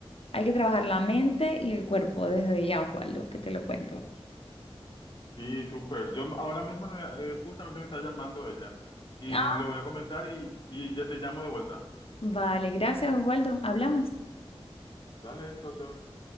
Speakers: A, on the left; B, on the left.
A: hay que trabajar la mente y el cuerpo desde ya, Osvaldo, que te lo cuento.
B: Sí, súper. Yo ahora mismo eh, justamente me está llamando ella y
A: Ah,
B: le voy a comentar y, y ya te llamo de vuelta.
A: Vale, gracias, Osvaldo. Hablamos.
B: Dale, chao, chao.